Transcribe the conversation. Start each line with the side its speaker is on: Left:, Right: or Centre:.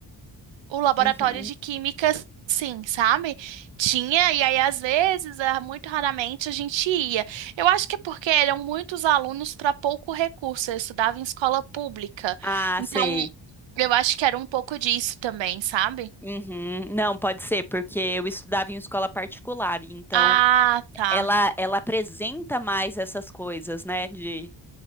Right: o laboratório
Centre: Uhum.
Right: de química, sim, sabe? Tinha, e aí às vezes, ah, muito raramente a gente ia. Eu acho que é porque eram muitos alunos para pouco recurso. Eu estudava em escola pública,
Centre: Ah,
Right: então
Centre: sei.
Right: eu acho que era um pouco disso também, sabe?
Centre: Uhum. Não, pode ser, porque eu estudava em escola particular, então
Right: Ah, tá.
Centre: ela ela apresenta mais essas coisas, né, de